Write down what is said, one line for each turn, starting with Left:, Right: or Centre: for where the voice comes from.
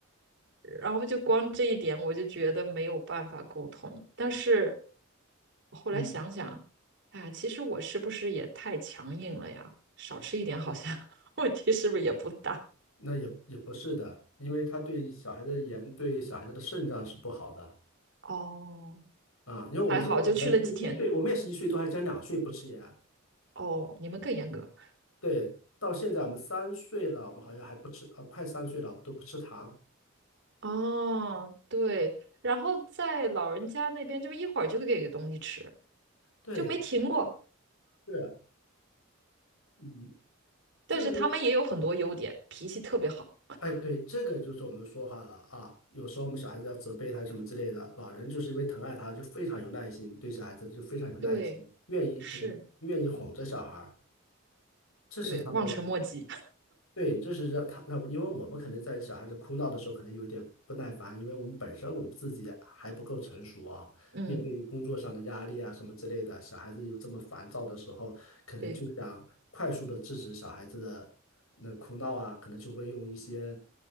Right: 然后就光这一点我就觉得没有办法沟通。但是我后来想想，
Left: 嗯。
Right: 哎呀，其实我是不是也太强硬了呀？少吃一点好像 <laughs> 问题是不是也不大？
Left: 那也也不是的，因为它对小孩的盐对小孩子的肾脏是不好的
Right: 哦，
Left: 啊。因为我们现在可能是一岁，
Right: 还好就去了几天。
Left: 我们也是一岁多，还将两岁不吃盐。
Right: 哦，你们更严格。
Left: 对，到现在我们三岁了，我们好像还不吃，啊，快三岁了，我们都不吃糖。
Right: 哦，对，然后在老人家那边就一会儿就给东西吃，
Left: 对，
Right: 就没停过。
Left: 是，嗯，
Right: 但是他们也有很多优点，
Left: 这个东西，
Right: 脾气特别好。
Left: 哎，对，这个就是我们说话了啊。有时候我们小孩子要责备他什么之类的，老人就是因为疼爱他，就非常有耐心，对小孩子就非常有耐心，
Right: 对，
Left: 愿意他愿意哄着小孩儿，
Right: 是，
Left: 这是他们。
Right: 对，望尘莫及。
Left: 对，这是让他让，因为我们可能在小孩子哭闹的时候，可能有一点不耐烦，因为我们本身我们自己还不够成熟啊，
Right: 嗯，
Left: 面对工作上的压力啊什么之类的，小孩子有这么烦躁的时候，可能就想快速的制止小孩子的那哭闹啊，
Right: 对，
Left: 可能就会用一些